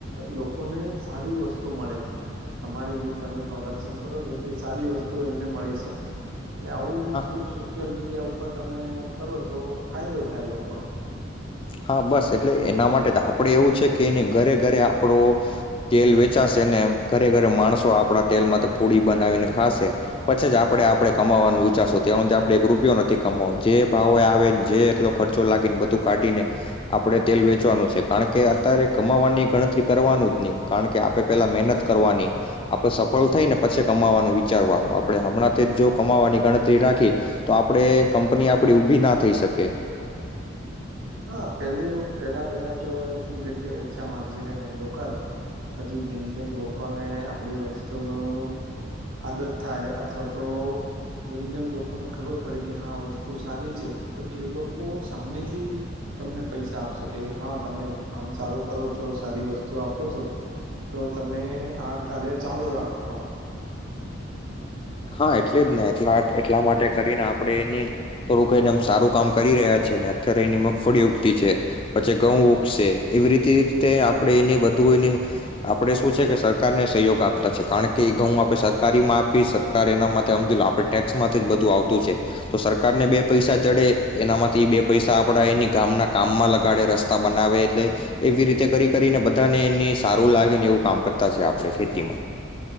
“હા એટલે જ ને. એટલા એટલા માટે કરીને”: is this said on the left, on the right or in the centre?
Left